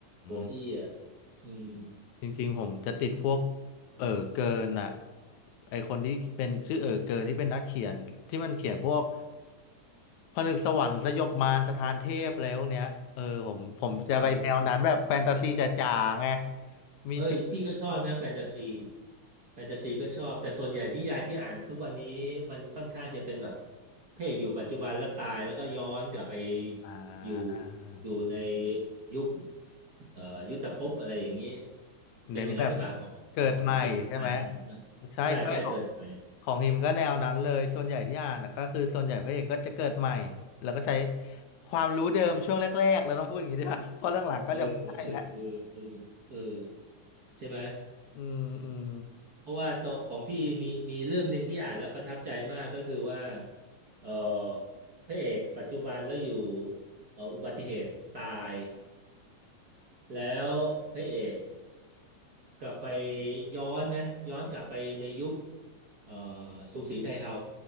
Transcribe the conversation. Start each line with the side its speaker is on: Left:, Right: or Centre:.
Right: หวงอี้อ่ะ
Left: ม
Right: อืม
Left: จริงๆผมจะติดพวกเออเกินอ่ะไอคนที่เป็นชื่อเออเกินที่เป็นนักเขียนที่มันเขียนพวกผนึกสวรรค์สยบมารสถานเทพอะไรพวกเนี้ยเออผมผมจะไปแนวนั้นแบบแฟนตาซีจ๋าๆไง
Right: โอ้
Left: มีเทพ
Right: เอ้ยพี่ก็ชอบนะแฟนตาซี
Left: มาก
Right: แฟนตาซีก็ชอบแต่ส่วนใหญ่นิยายที่อ่านทุกวันนี้มันค่อนข้างจะเป็นแบบพระเอกอยู่ปัจจุบันแล้วตายแล้วก็ย้อนกลับไป
Left: อ่า
Right: อยู่อยู่ในยุคเอ่อยุทธภพอะไรอย่างนี้เป็นอย่างนั้นหรือเปล่าของของของฮิมอ่านเป็นอย่างนี้มั้งใช่ใช่เกินไป
Left: เน้นแบบเกิดใหม่ใช่ไหมใช่ใช่ของของฮิมก็แนวนั้นเลยส่วนใหญ่ที่อ่านน่ะก็คือส่วนใหญ่พระเอกก็จะเกิดใหม่แล้วก็ใช้ความรู้เดิมช่วงแรกๆเราต้องพูดอย่างนี้ด้วยเพราะหลังๆก็จะไม่ใช่แล้ว
Right: เออเออเออเออเออใช่ไหม
Left: อืมอืม
Right: เพราะว่าตัวของพี่มีมีเรื่องหนึ่งที่อ่านแล้วประทับใจมากก็คือว่าเออพระเอกปัจจุบันแล้วอยู่เอ่ออุบัติเหตุตายแล้วพระเอกกลับไปย้อนนะย้อนกลับไปในยุคเอ่อสูสีไทเฮา